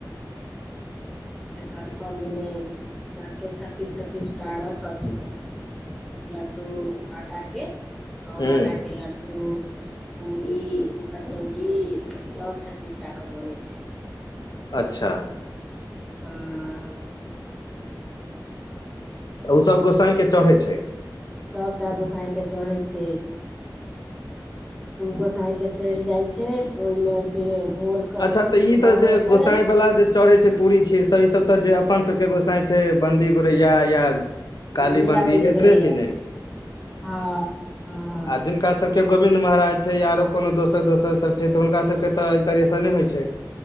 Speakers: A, in the centre; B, on the left.
A: फेर घड़ी पबनी में हमरा सबके छत्तीस छत्तीस टा सब्जी बनै छै लड्डू आटा के गहूम
B: हूँ
A: आटा के लड्डू पूड़ी कचौड़ी सब छत्तीस टा के बनै छै
B: अच्छा
A: हँ
B: ओसभ गोसाई के चढ़ै छै
A: सभटा गोसाइ के चढ़ै छै गोसाई के चढ़ जाइ छै ओहिमे फिर भोरके
B: अच्छा तऽ
A: सुबह
B: ई तऽ जे
A: होते
B: गोसाई वाला जे चढ़े छै पूरी खीर सब ई सब त जे अपन सबके के गोसाई बंदी गोड़ैया या काली
A: मीराबन्दी
B: बन्दी एकरे
A: गोरैया
B: की नहि
A: हँ हँ हँ
B: आ जिनका सब के गोविंन्द महाराज छै या आरो कोनो दोसर दोसर सब छै तऽ हुनका सब के त तरहस होइ छै